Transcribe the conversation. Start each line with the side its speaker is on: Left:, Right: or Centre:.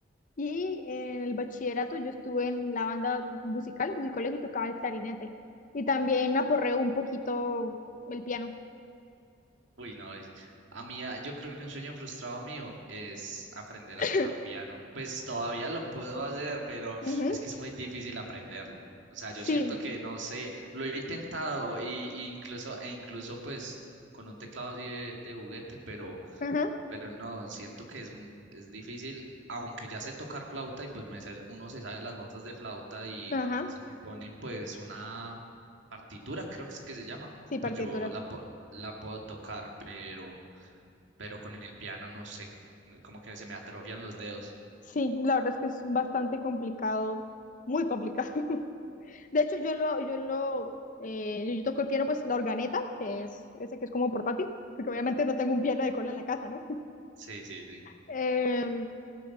Left: y en el bachillerato yo estuve en la banda musical del colegio y tocaba el clarinete. Y también aporreo un poquito el piano.
Right: Uy, no, es- a mí, ah, yo creo que un sueño frustrado mío es aprender
Left: <coughs>
Right: a tocar piano. Pues todavía lo puedo hacer, pero
Left: Ujú,
Right: es que es muy difícil aprenderlo. O sea,
Left: Sí,
Right: yo siento que, no sé, lo he intentado y, y incluso, e incluso pues con un teclado así de, de juguete,
Left: ajá,
Right: pero no, siento que es, m- es difícil, aunque ya sé tocar flauta y pues me sé- uno se sabe las notas de flauta y
Left: ajá,
Right: si me ponen pues una partitura, creo que es que se llama,
Left: sí, partitura.
Right: pues yo la, pu- la puedo tocar, pero, pero con el piano no sé, no- como que se me atrofian los dedos.
Left: Sí, la verdad es que es bastante complicado, muy complicado. <laughs> De hecho, yo lo, yo lo, eh, yo, yo toco el piano, pues la organeta, que es ese que es como portátil, porque obviamente no tengo un piano de cola en la casa, ¿no? <laughs>
Right: Sí, sí, sí.
Left: Eh,